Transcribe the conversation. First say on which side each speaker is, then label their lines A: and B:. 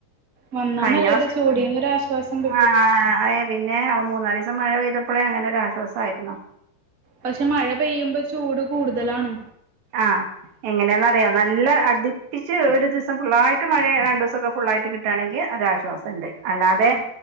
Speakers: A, on the right; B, on the right.
A: വന്നാ
B: കഴിഞ്ഞ
A: നല്ലത്
B: വർഷം
A: ചൂടീന്നൊരാശ്വാസം കിട്ടും
B: ആഹ് അതായത് പിന്നെ മൂന്നാലീസം മഴ പെയ്തപ്പൊളേ അങ്ങനൊരു ആശ്വാസം ആയിര്ന്നു.
A: പക്ഷെ മഴ പെയ്യുമ്പൊ ചൂട് കൂടുതലാണ്.
B: ആഹ് എങ്ങനെന്നറിയോ നല്ല അടിപ്പിച്ച് ഒരു ദിവസം ഫുള്ളായിട്ട് മഴ രണ്ടൂസൊക്കെ ഫുുള്ളായിട്ട് കിട്ടാണെങ്കി ഒരാശ്വ സൊണ്ട്, അല്ലാതെ
A: ആ